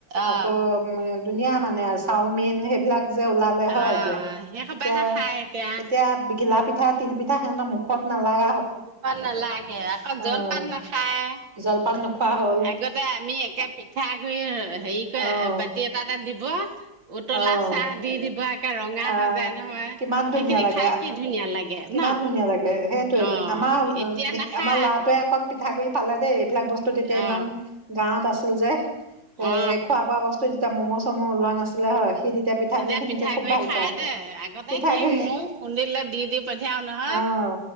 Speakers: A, on the right; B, on the right.
A: অ
B: আকৌ উম ধুনীয়া মানে চাওমিন সেইবিলাক যে ওলালে
A: অ
B: হয় এতিয়া-এতিয়া-এতিয়া
A: সেই সোপাহে খাই এতিয়া
B: ঘিলা পিঠা তিল পিঠা সিহত মুখত নালাগে ৷
A: মুখন নালাগে আকৌ
B: অ'।
A: জলপান নাখায়
B: জলপান নোখোৱা হ'ল
A: আগতে আমি একে পিঠাগুড় হেৰি কৰে
B: অ',
A: বাতি এটা এটা দি ৱাহ উতলা
B: অ',
A: চাহ দি দিবা ৰঙা
B: আহ
A: হৈ যায় নহয়,
B: কিমান ধুনীয়া
A: সেইখিনি
B: লাগে
A: খাই কি ধুনীয়া লাগে।
B: কিমান
A: ন
B: ধুনীয়া লাগে সেই
A: অ
B: আমাৰ
A: এতিয়া নাখায়
B: আমাৰ ল'ৰাটোৱে অকণ পিঠা ঠা গুৰি পালে দেই এইবলাক বস্তু তেতিয়া
A: অ
B: ইমান গাঁৱত আছে। তুলজাই এ
A: অ
B: খোৱা বোৱা বস্তু যেতিয়া ম'ম'জ চম ওলোৱা নাছিলে হয়। সি পিঠাগুৰি
A: তেতিয়া
B: খিনিকে
A: পিঠাগুৰি
B: খুব ভাল
A: খাই
B: পায়
A: দে, আগতে
B: পিঠাগুৰি
A: সি মৌ শুনিলে দি দিব পঠিয়াও নহয়
B: আহ